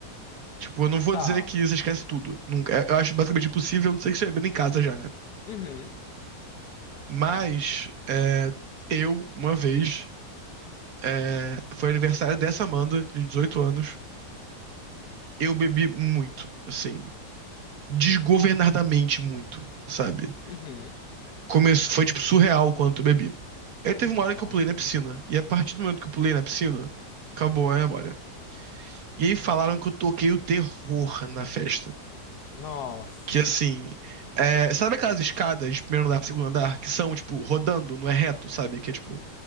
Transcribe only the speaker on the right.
Tipo, eu não vou
dizer que você esquece tudo. Nunca, É, eu acho basicamente impossível, a não ser que você bebendo em casa já, né?
Mas é, eu, uma vez, é, foi aniversário dessa Amanda, de 18 anos, eu bebi muito, assim, desgovernadamente muito, sabe?
Começo, foi, tipo, surreal o quanto eu bebi. Aí teve uma hora
que eu pulei na piscina, e a partir do momento que eu pulei na piscina, acabou a memória. E aí falaram que eu toquei o terror na festa.
Que assim. é, sabe aquelas escadas de primeiro andar pro segundo andar que são, tipo, rodando, não é reto, sabe? Que é tipo.